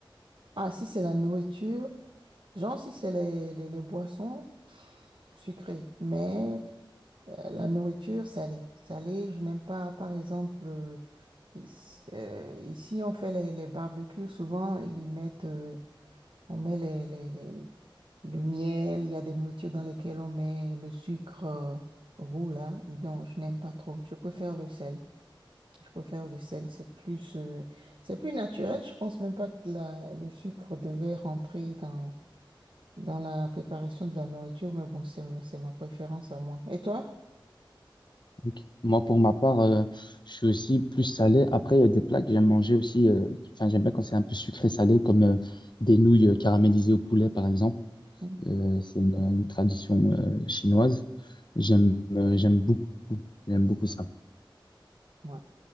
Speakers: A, on the right (about 70°); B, on the left (about 60°).
A: Ah, si c'est la nourriture. Genre, si c'est les, les, les boissons sucrées, mais euh, la nourriture salée. Salée, je n'aime pas, par exemple, euh, ici, euh, ici, on fait les, les barbecues, souvent ils mettent, euh, on met les, les, les- le miel, il y a des nourritures dans lesquelles on met le sucre euh, roux, là. Non, je n'aime pas trop. Je préfère le sel. Je préfère le sel, c'est plus, euh, c'est plus naturel. Je pense même pas que la- le sucre devait rentrer dans dans la préparation de la nourriture, mais bon, c'est, c'est ma préférence à moi. Et toi?
B: Ok. Moi, pour ma part, euh, je suis aussi plus salé. Après, il y a des plats que j'aime manger aussi. euh, Enfin, j'aime bien quand c'est un peu sucré-salé, comme euh, des nouilles euh, caramélisées au poulet, par exemple.
A: Mm.
B: Euh, c'est une, une tradition euh, chinoise. J'aime euh, j'aime beaucoup, j'aime beaucoup ça.
A: Ouais.